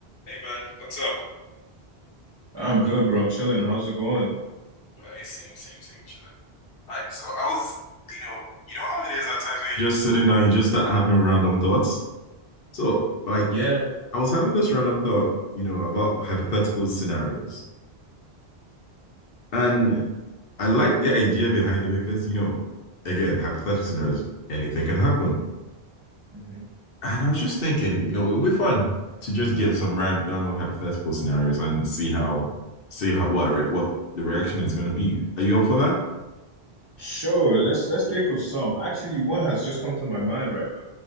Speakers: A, on the left; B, on the right.
A: Hey man, what's up?
B: I'm good, bro. I'm chilling. How's it going?
A: Hey, same, same, same. Chilling. Like, like, so I was, you know, you know how it is at times when you're just sitting down, you just start having random thoughts. So, like,
B: Yeah.
A: I was having this random thought, you know, about hypothetical scenarios, and
B: Okay.
A: I like the idea behind it because, you know, again, hypothetical scenarios, anything can happen.
B: hmm
A: And I was just thinking, you know, it would be fun to just get some ran- random hypothetical scenarios and see how, see how what re- what the reaction is going to be. Are you up for that?
B: Sure. Let's let's think of some. Actually, one has just come to my mind right now.